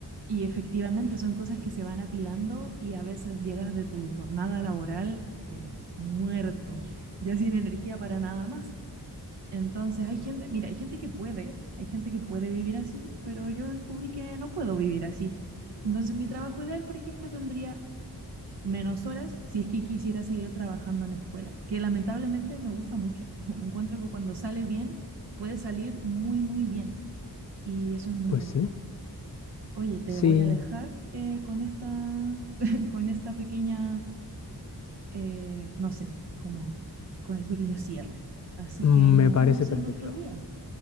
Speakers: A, on the right; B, on the left.
A: y efectivamente son cosas que se van apilando y a veces llegas de tu jornada laboral eh, muerto, ya sin energía para nada más. Entonces hay gente, mira, hay gente que puede, hay gente que puede vivir así, pero yo descubrí que no puedo vivir así. Entonces mi trabajo ideal, por ejemplo, tendría menos horas si es que quisiera seguir trabajando en escuelas, que lamentablemente me gusta mucho. <laughs> Encuentro que cuando sale bien, puede salir muy, muy bien. Y eso es muy
B: Pues
A: bonito.
B: sí.
A: Oye, te
B: Sí,
A: voy a dejar eh, con, esta, <laughs> con esta pequeña, eh, no sé, como con este pequeño cierre. Así
B: me
A: que nos
B: parece
A: vemos
B: perfecto.
A: en otro día.